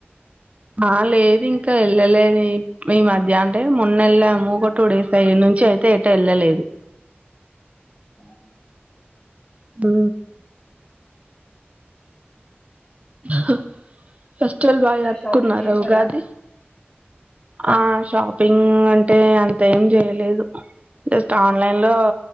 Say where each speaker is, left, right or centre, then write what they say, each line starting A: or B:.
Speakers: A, on the right; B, on the left.
A: ఆ లేదు ఇంకా వెళ్ళలేదు ఈ మధ్య అంటే మొన్న వెళ్ళాము ఒక టూ డేస్ అయ్య ఇనుంచి అయితే ఎటు వెళ్ళలేదు
B: అవునా
A: ఆ ఆహా ఫెస్టివల్ బాగా జరుపుకున్నారా
B: షాపింగ్ చేసారా
A: ఉగాది ఆ షాపింగ్ అంటే అంత ఏం చేయలేదు జస్ట్ ఆన్లైన్ లో